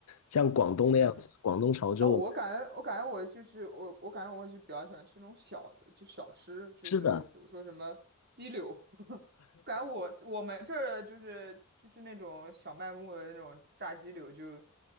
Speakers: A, on the left; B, on the right.
A: 像广东那样子，
B: 嗯。
A: 广东潮州
B: 哦，我感觉，我感觉我就是我，我感觉我就比较喜欢吃那种小的，就小吃，就是比如说什么鸡柳，
A: 是的
B: <laughs> 感觉我我们这儿的就是就是那种小卖部的那种炸鸡柳就，